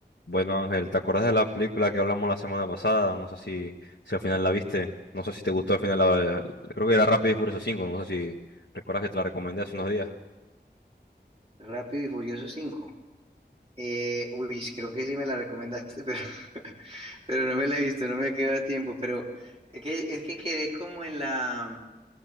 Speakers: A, on the left; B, on the right.
A: Bueno, Ángel, ¿te acuerdas de la película que hablamos la semana pasada? No sé si, si al final la viste. No sé si te gustó al final la... Creo que era Rápido y Furioso cinco. No sé si recuerdas que te la recomendé hace unos días.
B: Rápido y Furioso cinco. Eh, uy, creo que sí me la recomendaste, pero, <laughs> pero no me la he visto, no me queda tiempo. Pero es que, es que quedé como en la